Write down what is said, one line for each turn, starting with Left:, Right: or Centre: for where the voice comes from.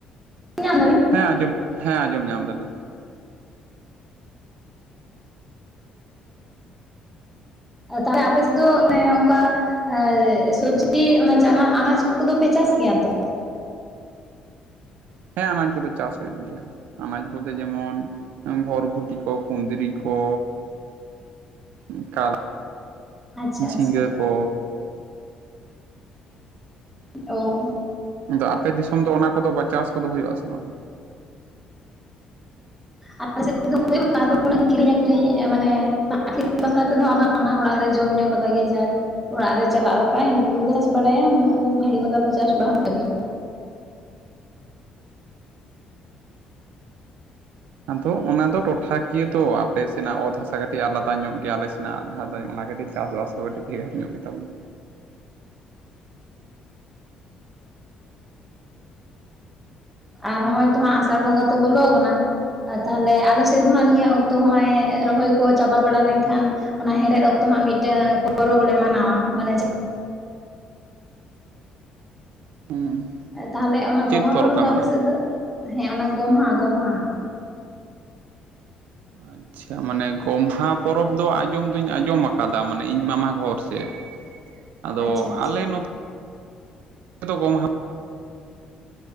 Centre: ᱧᱟᱢ ᱫᱟᱵᱤᱱ
Right: ᱦᱮᱸ ᱟᱸᱡᱚᱢ ᱦᱮᱸ ᱟᱸᱡᱚᱢ ᱧᱟᱢ ᱫᱟᱞᱤᱧ
Centre: ᱟᱪᱪᱷᱟ ᱛᱟᱦᱚᱞᱮ ᱟᱯᱮ ᱥᱮᱫ ᱫᱚ ᱚᱱᱮ ᱚᱱᱠᱟ ᱮᱸ ᱥᱚᱵᱡᱤ ᱚᱱᱟ ᱪᱟᱱᱟ ᱟᱱᱟᱡ ᱠᱚᱫᱚᱯᱮ ᱪᱟᱥ ᱜᱮᱭᱟ ᱛᱚ
Right: ᱦᱮᱸ ᱟᱱᱟᱡ ᱠᱚᱫᱚ ᱪᱟᱥ ᱦᱩᱭᱩᱜ ᱜᱮᱭᱟ᱾ ᱟᱱᱟᱡ ᱵᱚᱞᱛᱮ ᱡᱮᱢᱚᱱ ᱵᱷᱚᱨᱵᱷᱩᱴᱤ ᱠᱚ ᱠᱩᱸᱱᱫᱽᱨᱤ ᱠᱚ ᱚᱱᱠᱟ
Centre: ᱟᱪᱪᱷᱟ
Right: ᱡᱷᱤᱸᱜᱟᱹ
Centre: ᱟᱪᱪᱷᱟ
Right: ᱠᱚ
Centre: ᱳ
Right: ᱟᱫᱚ ᱟᱯᱮ ᱫᱤᱥᱚᱢ ᱫᱚ ᱚᱱᱟ ᱠᱚᱫᱚ ᱵᱟ ᱪᱟᱥ ᱠᱚᱫᱚ ᱦᱩᱭᱩᱜ ᱟᱥᱮ ᱵᱟᱝ
Centre: ᱟᱞᱮ ᱥᱮᱫ ᱫᱚ ᱦᱩᱭᱩᱜ-ᱟ ᱟᱫᱚ ᱩᱱᱟᱹᱜ ᱠᱤᱨᱤᱧ ᱟᱠᱷᱨᱤᱧ ᱢᱟᱱᱮ ᱟᱹᱠᱷᱨᱤᱧ ᱵᱟᱠᱷᱨᱟ ᱛᱮᱫᱚᱜ ᱵᱟᱝ-ᱟ ᱚᱲᱟᱜ ᱨᱮ ᱡᱚᱢ ᱧᱩ ᱞᱮᱠᱟᱜᱮ ᱡᱟ ᱚᱲᱟᱜ ᱨᱮ ᱪᱟᱞᱟᱜ ᱞᱮᱠᱟ ᱤᱱᱠᱟᱹ ᱜᱮᱞᱮ ᱪᱟᱥ ᱵᱟᱲᱟᱭᱟ ᱩᱱᱟᱹᱜ ᱫᱚ ᱵᱷᱟᱜᱤ ᱞᱮᱠᱟ ᱫᱚ ᱪᱟᱥ ᱵᱟᱝ ᱦᱩᱭᱩᱜ ᱜᱮᱭᱟ᱾
Right: ᱟᱫᱚ ᱚᱱᱟ ᱫᱚ ᱴᱚᱴᱷᱟ ᱠᱤᱭᱟᱹ ᱛᱚ ᱟᱯᱮ ᱥᱮᱱᱟᱜ ᱚᱛ ᱦᱟᱥᱟ ᱠᱟᱹᱴᱤᱡ ᱟᱞᱟᱫᱟ ᱧᱚᱜ ᱜᱮᱭᱟ ᱟᱞᱮ ᱥᱮᱱᱟᱜ ᱟᱞᱟᱫᱟ ᱚᱱᱟ ᱠᱷᱟᱹᱛᱤᱨ ᱪᱟᱥᱵᱟᱥ ᱛᱚ ᱠᱟᱴᱤᱡ ᱵᱷᱮᱜᱟᱨ ᱧᱚᱜ ᱜᱮᱛᱟ ᱵᱚᱱᱟ
Centre: ᱟᱨ ᱦᱚᱸᱜᱚᱭ ᱛᱚ ᱦᱟᱸᱜ ᱟᱥᱟᱲ ᱵᱚᱸᱜᱟ ᱛᱚ ᱦᱟᱜᱸ ᱵᱚᱞᱚ ᱟᱠᱟᱱᱟ ᱛᱟᱦᱚᱞᱮ ᱟᱞᱮ ᱥᱮᱫ ᱫᱚ ᱦᱟᱸᱜ ᱱᱤᱭᱟᱹ ᱚᱠᱛᱚ ᱦᱚᱜᱚᱭ ᱨᱚᱦᱚᱭ ᱠᱚ ᱪᱟᱵᱟ ᱵᱟᱲᱟ ᱞᱮᱱᱠᱷᱟᱱ ᱚᱱᱟ ᱦᱮᱲᱦᱮᱫ ᱚᱠᱛᱚ ᱦᱟᱸᱜ ᱢᱤᱫᱴᱮᱱ ᱯᱚᱨᱚᱵᱽ ᱞᱮ ᱢᱟᱱᱟᱣᱟ ᱢᱟᱱᱮ
Right: ᱦᱩᱸ
Centre: ᱛᱟᱦᱚᱞᱮ ᱚᱱᱟ ᱜᱚᱢᱦᱟ
Right: ᱪᱮᱫ
Centre: ᱯᱚᱨᱚᱵᱽ
Right: ᱯᱮ
Centre: ᱫᱚ
Right: ᱢᱟᱱᱟᱣᱟ?
Centre: ᱟᱯᱮ ᱥᱮᱫ ᱫᱚ ᱦᱮᱸ ᱚᱱᱟ ᱜᱚᱢᱦᱟ ᱜᱚᱢᱦᱟ
Right: ᱟᱪᱪᱷᱟ ᱢᱟᱱᱮ ᱜᱚᱢᱦᱟ ᱯᱚᱨᱚᱵᱽ ᱫᱚ ᱟᱸᱡᱚᱢ ᱫᱩᱧ ᱟᱸᱡᱚᱢ ᱟᱠᱟᱫᱟ ᱢᱟᱱᱮ ᱤᱧ ᱢᱟᱢᱟᱜᱷᱚᱨ ᱥᱮᱫ᱾
Centre: <inaudible>
Right: ᱟᱫᱚ
Centre: ᱟᱪᱪᱷᱟ
Right: ᱟᱞᱮ ᱱᱚᱛᱮ ᱫᱚ ᱜᱚᱢᱦᱟ